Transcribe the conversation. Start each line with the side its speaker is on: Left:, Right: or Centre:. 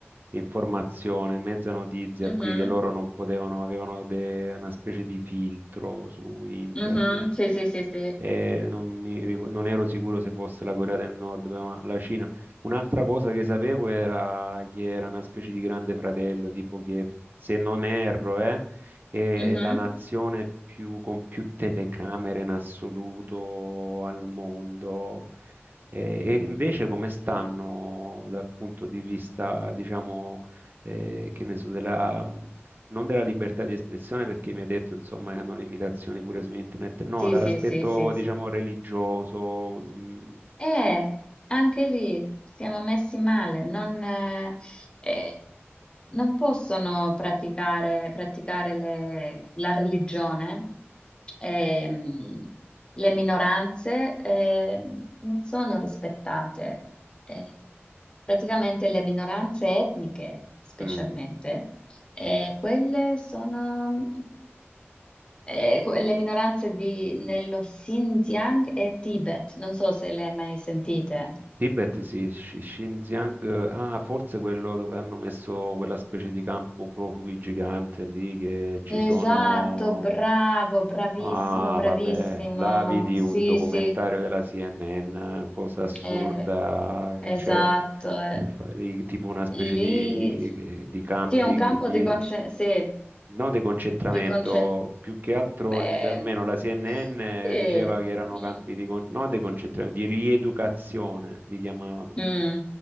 Right: informazione, mezza notizia
Left: Mhm,
Right: qui che loro non potevano, avevano de- una specie di filtro su internet.
Left: mhm, Sì, sì, sì, sì.
Right: e non, mi ric- non ero sicuro se fosse la Corea del Nord, ma la Cina. Un'altra cosa che sapevo era che era una specie di grande fratello, tipo che se non erro, eh, è
Left: Mhm.
Right: la nazione più, con più telecamere in assoluto al mondo. E, e invece come stanno dal punto di vista, diciamo, eh, che ne so, della, mh, non della libertà di espressione, perché mi hai detto, insomma, che hanno limitazioni pure su internet, no,
Left: Sì,
Right: dall'aspetto,
Left: sì, sì, sì,
Right: diciamo,
Left: sì.
Right: religioso. mm,
Left: Eh, anche lì siamo messi male, non, eh, eh, non possono praticare, praticare le- la religione, ehm, le minoranze, ehm, non sono rispettate. Eh, praticamente le minoranze etniche, specialmente,
Right: mm.
Left: eh, quelle sono. Eh, que- le minoranze di- nello Xinjiang e Tibet, non so se le hai mai sentite.
Right: Tibet, sì, Xi- Xinjiang, ah, forse quello dove hanno messo quella specie di campo profughi gigante lì che ci
Left: Esatto,
Right: sono.
Left: bravo, bravissimo,
Right: Ah,
Left: bravissimo.
Right: vabbè, là vidi
Left: Sì,
Right: un documentario
Left: sì,
Right: della CNN, cosa assurda,
Left: eh,
Right: e
Left: esatto.
Right: c'è
Left: eh.
Right: fa- di- tipo una specie
Left: Lì
Right: di,
Left: sì,
Right: di campi
Left: è un campo
Right: di,
Left: di concentrazione. Sì,
Right: non di concentramento,
Left: di concen-
Right: più che altro,
Left: eh,
Right: l- almeno la CNN
Left: sì.
Right: diceva che erano
Left: Mm,
Right: campi di, con- non di concentramento, di rieducazione, li chiamavano,
Left: mm,